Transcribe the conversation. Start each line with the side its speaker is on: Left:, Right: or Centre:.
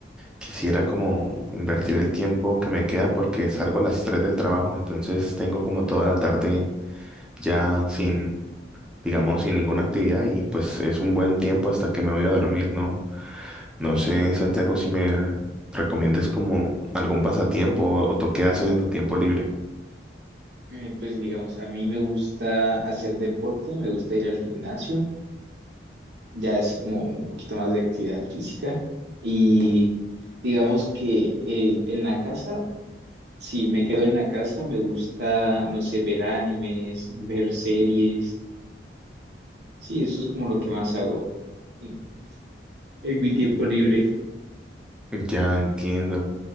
Centre: quisiera como invertir el tiempo que me queda porque salgo a las 3 del trabajo, entonces tengo como toda la tarde ya sin, digamos, sin ninguna actividad y pues es un buen tiempo hasta que me voy a dormir, ¿no? No sé, Santiago, si me recomiendes como algún pasatiempo o o tú qué haces en tu tiempo libre.
Right: Eh, pues digamos, a mí me gusta hacer deporte, me gusta ir al gimnasio, ya así como un poquito más de actividad física. Y digamos que eh, en la casa, si me quedo en la casa, me gusta, no sé, ver animes, ver series. Sí, eso es como lo que más hago en, en mi tiempo libre.
Centre: Ya entiendo.